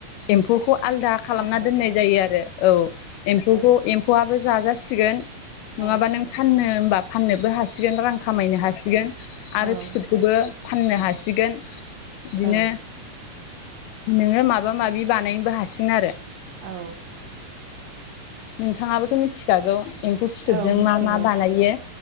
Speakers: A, on the left (about 80°); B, on the right (about 80°).
A: एम्फौखौ आलदा खालामना
B: आलदा
A: दोननाय
B: औ
A: जायो आरो औ एम्फौखौ एम्फौआबो जाजासिगोन
B: औ
A: नङाबा नों फाननो बा फाननोबो हासिग गोन रां खामायनो हासि गोन
B: औ
A: आरो फिथोबखौबो फाननो हासिगोन बिदिनो
B: औ
A: नोङो माबा माबा माबि बानायनोबो हासिगोन आरो
B: औ
A: नोंथाङाबोथ मिथिखागौ एम्फौ फिथोबजों
B: औ मिथिगौ
A: मा मा बानायो